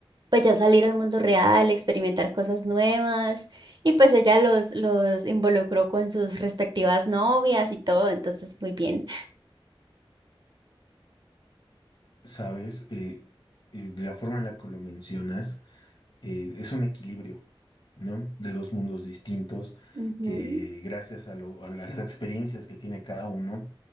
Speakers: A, on the right; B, on the left.
A: pues ya salir al mundo real, experimentar cosas nuevas y pues ella los, los involucró con sus respectivas novias y todo, entonces muy bien.
B: Sabes, Eh, eh, de la forma en la que lo mencionas, eh, es un equilibrio, ¿no? De dos mundos distintos
A: Ujú.
B: que gracias a, lo- a las experiencias que tiene cada uno,